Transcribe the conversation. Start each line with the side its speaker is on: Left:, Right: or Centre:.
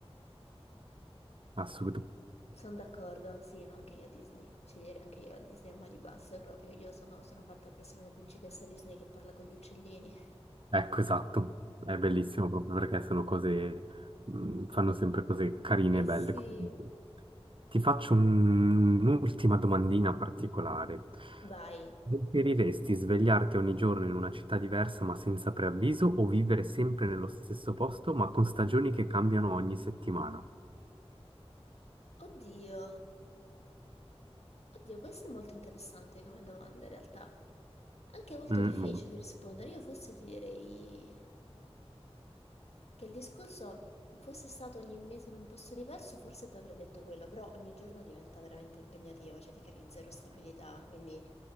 Right: assolutamente.
Left: sono d'accordo, sì, no, anche io Disney. Scegliere anche io la Disney a mani basse proprio. Io sono, sono fatta per essere una principessa Disney che parla con gli uccellini. <laughs>
Right: Ecco, esatto. È bellissimo proprio perché sono cose, mh, fanno sempre cose carine
Left: Eh
Right: e belle.
Left: sì.
Right: Comunque. Ti faccio un- un'ultima domandina particolare.
Left: Vai.
Right: Preferiresti svegliarti ogni giorno in una città diversa ma senza preavviso o vivere sempre nello stesso posto ma con stagioni che cambiano ogni settimana?
Left: Oddio. Oddio, questa è molto interessante come domanda in realtà. Anche molto
Right: Mm,
Left: difficile
Right: no,
Left: rispondere. Io forse ti direi che il discorso fosse stato ogni mese in un posto diverso, forse ti avrei detto quello, però ogni giorno diventa veramente impegnativo, cioè ti crei zero stabilità, quindi